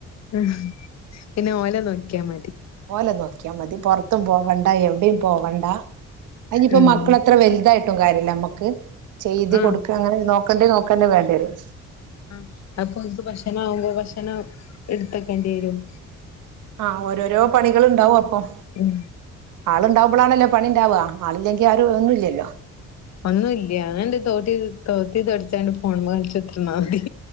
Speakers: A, on the left; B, on the right.
A: ഉം പിന്നെ ഓലെ നോക്കിയാ മതി
B: ഓലെ നോക്കിയാ മതി പൊറത്തും പോവണ്ട എവിടെയും പോവണ്ട അയിഞ്ഞിപ്പോ
A: ഉം
B: മക്കള എത്ര വലുതായിട്ടും കാര്യല്ല അമ്മക്ക് ചെയ്ത്
A: ആഹ്
B: കൊടുക്ക അങ്ങനെ നോക്കണ്ടിയെ നോക്കെന്നെ വേണ്ടിയെരും
A: ആ അപ്പൊ ഓൽക്ക് ഭക്ഷണ ആവുമ്പോ ഭക്ഷണം ഇടുത്തക്കണ്ടിയെരും
B: ആഹ് ഓരോരോ പണികൾ ഇണ്ടാവും അപ്പം
A: ഉം
B: ആളുണ്ടാവുമ്പളാണല്ലോ പണി ഇണ്ടാവ ആളില്ലെങ്കി ആരു ഒന്നുല്ലല്ലോ
A: ഒന്നുംല്ല അങ്ങട്ട് തോത്തി തോത്തി തൊടച്ചാണ്ട് ഫോണ് മ്മെ കളിച്ചുത്രന്നാ മതി